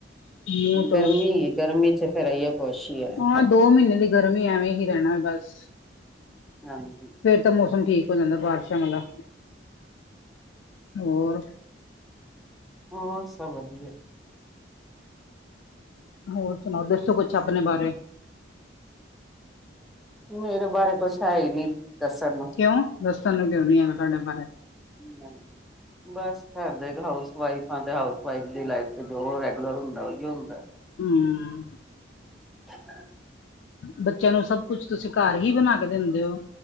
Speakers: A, on the left; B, in the centre.
A: ਮੂੰਹ ਤੋਂ
B: ਗਰਮੀ ਗਰਮੀ ਚ ਫੇਰ ਆਈਏ ਕੁਛ ਹੀ ਹੈ
A: ਉਹ ਦੋ ਮਹੀਨੇ ਦੀ ਗਰਮੀ, ਐਵੇਂ ਹੀ ਰਹਿਣਾ ਬਸ
B: ਹਾਂਜੀ।
A: ਫਿਰ ਤਾਂ ਮੌਸਮ ਠੀਕ ਹੋ ਜਾਂਦਾ ਬਾਰਿਸ਼ਾਂ ਵਾਲਾ, ਹੋਰ
B: ਹੋਰ, ਸਭ ਵਧੀਆ।
A: ਹੋਰ ਸੁਣਾਓ। ਦੱਸੋ, ਕੁਛ ਅਪਣੇ ਬਾਰੇ।
B: ਮੇਰੇ ਬਾਰੇ ਕੁਛ ਹੈ ਹੀ ਨੀ, ਦੱਸਣ ਨੂੰ।
A: ਕਿਉਂ ਦੱਸਣ ਨੂੰ ਕਿਉਂ ਨੀ ਹੈਗਾ ਤੁਹਾਡੇ ਬਾਰੇ।
B: ਨਹੀ ਬਸ ਘਰ ਦੇ ਹਾਊਸ ਵਾਈਫ ਆ, ਤੇ ਹਾਊਸ ਵਾਈਫ ਦੀ ਲਾਈਫ ਚ ਜੋ ਰੈਗੂਲਰ ਹੁੰਦਾ, ਔਹੀ ਹੁੰਦਾ।
A: ਹੂੰ ਹੂੰ
B: <inaudible> <inaudible>
A: ਬੱਚਿਆਂ ਨੂੰ ਸਭ ਕੁਛ ਤੁਸੀਂ ਘਰ ਹੀ ਬਣਾ ਕੇ ਦਿੰਦੇ ਹੋ,